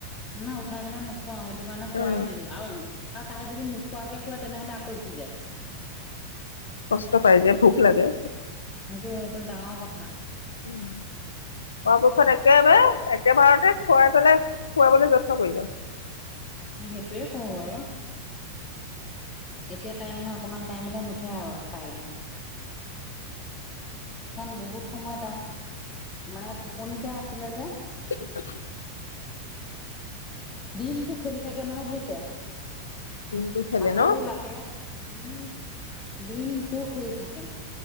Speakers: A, on the left (about 25°); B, on the left (about 70°).
A: না, উঠাই পেলাই নুখুৱাওঁ, সেইটো কাৰণে খুৱাই
B: উম
A: দিলোঁ। আৰু- আৰু তাই যদি নোখোৱাকে শুৱে, তেনেহলে আকৌ উঠি যায়।
B: কষ্ট পাই যে ভোক লাগে
A: সেইটো এটা ডাঙৰ কথা।
B: উম, অ' পিছত একেবাৰে এক- কেবাৰতে খুৱাই পেলাই, শুৱাবলে যত্ন কৰিবা।
A: উম, সেইটোৱে কৰোঁ বাৰু। এতিয়া তাই মানে অকণমান টাইমলে নুঠে আৰু পাৰিলে। কাৰণ বহুত সময় তাই, মানে টোপনিতে আছিলে যে।
B: <unintelligible>
A: দিনটো খেলি থাকে নহয় বুজিছে?
B: দিনটো খেলে
A: ভাগৰো
B: ন
A: লাগে। উম, দিনটো খেলি থাকে।